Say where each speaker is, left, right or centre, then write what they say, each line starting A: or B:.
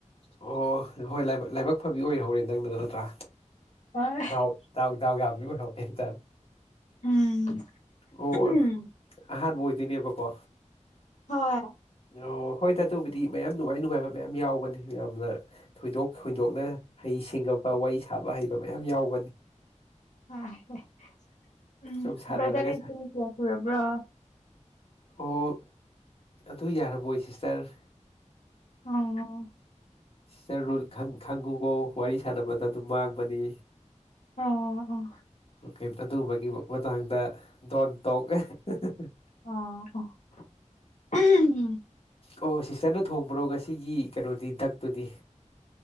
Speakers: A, on the left; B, on the left.
A: ꯑꯣ ꯍꯣ ꯍꯣꯏ ꯂꯥꯏꯕꯛ ꯂꯥꯏꯕꯛ ꯐꯕꯤ ꯑꯣꯏꯍꯧꯔꯦ ꯅꯪꯅ ꯅꯠꯇ꯭ꯔꯥ
B: ꯍꯣꯏ
A: ꯗꯥꯎ ꯗꯥꯎ ꯗꯥꯎ ꯌꯥꯕꯤ ꯑꯣꯏꯍꯧꯔꯦ ꯍꯟꯇꯛ
B: ꯎꯝ
A: ꯑꯣ
B: ꯎꯝ
A: ꯑꯍꯥꯟꯕ ꯑꯣꯏꯗꯣꯏꯅꯦꯕꯀꯣ
B: ꯍꯣꯏ
A: ꯑꯣ ꯍꯣꯏꯗ ꯑꯗꯨꯕꯨꯗꯤ ꯃꯌꯥꯝ ꯅꯨꯡꯉꯥꯏ ꯅꯨꯡꯉꯥꯏꯕ ꯃꯌꯥꯝ ꯌꯥꯎꯕꯅꯤ ꯌꯥꯝꯅ ꯊꯣꯏꯗꯣꯛ ꯍꯣꯏꯗꯣꯛꯅ ꯍꯩ ꯏꯁꯤꯡꯉꯕ ꯋꯥꯔꯤ ꯁꯥꯕ ꯍꯩꯕ ꯃꯌꯥꯝ ꯌꯥꯎꯕꯅꯤ
B: ꯍꯥꯏ ꯍꯦ ꯎꯝ
A: ꯁꯨꯝ ꯁꯥꯟꯅꯔꯒ
B: ꯕꯔꯗꯔꯑꯁꯤ ꯆꯍꯤ ꯀꯌꯥ ꯁꯨꯔꯕ꯭ꯔꯥ
A: ꯑꯣ ꯑꯗꯨ ꯌꯥꯔꯕꯣꯏ ꯁꯤꯁꯇꯔ
B: ꯑꯣ ꯑꯣ
A: ꯁꯤꯁꯇꯔ ꯔꯨꯜ ꯈꯪ ꯈꯪꯉꯨꯀꯣ ꯋꯥꯔꯤ ꯁꯥꯟꯅꯕꯗ ꯑꯗꯨꯝ ꯃꯥꯡꯕꯅꯤ
B: ꯑꯣ ꯑꯣ
A: ꯀꯩꯝꯇ ꯑꯗꯨꯒꯨꯝꯕꯒꯤ ꯃꯇꯥꯡꯗ ꯗꯣꯟ ꯇꯣꯛ ꯑꯍꯦ ꯍꯦ ꯍ
B: ꯑꯣ ꯑꯣ ꯑꯍꯝ
A: ꯑꯣ ꯁꯤꯁꯇꯔꯅ ꯊꯣꯡꯕ꯭ꯔꯣ ꯉꯁꯤꯒꯤ ꯀꯩꯅꯣꯗꯤ ꯗꯛꯇꯨꯗꯤ